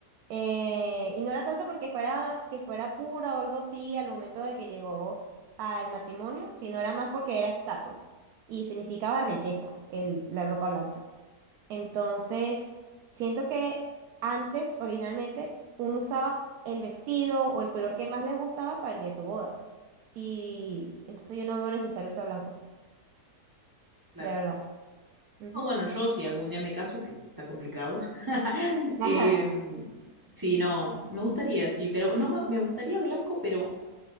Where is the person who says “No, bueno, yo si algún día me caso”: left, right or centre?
Right